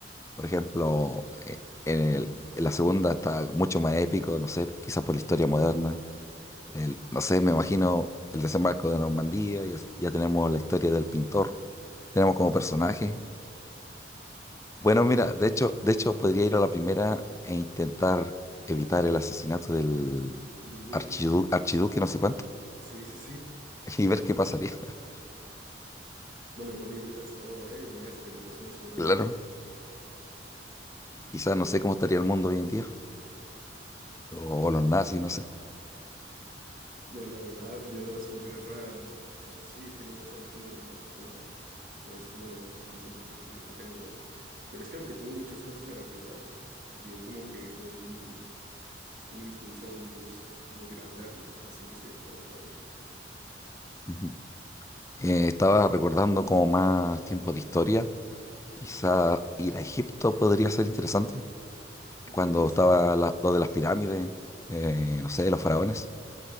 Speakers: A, on the left (about 15°); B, on the right (about 45°).
A: por ejemplo, eh, en el- en la segunda está mucho más épico, no sé, quizás por la historia moderna, el, no sé, me imagino el desembarco de Normandía, ya, ya tenemos la historia del pintor, tenemos como personaje. Bueno,
B: No, de
A: mira,
B: lo
A: de hecho, de hecho podría ir a la primera e intentar evitar el asesinato del
B: del Duque.
A: archidu- archiduque, no sé cuánto,
B: Sí, sí, sí.
A: <laughs> y ver qué pasaría. <laughs>
B: Bueno, igual y evitas todo, ¿eh? Igual y hasta evitas una segunda
A: Claro,
B: guerra.
A: quizás no sé cómo estaría el mundo hoy en día, o, o los nazis, no sé.
B: Mira, la verdad, yo de la segunda guerra, o sea, sí, tienes razón, es como de lo más popular, o es como de lo que más impacto que ha tenido. Pero es que aunque tuvo muchas cosas negativas, dio como que un, un impulso, un boost muy grande a, a la ciencia y a todo, ¿sabes?
A: Ujú. Eh, estaba recordando como más tiempos de historia, quizá ir a Egipto podría ser interesante,
B: Uy,
A: cuando
B: eso,
A: estaba la- lo de las pirámides, eh, no sé, los faraones,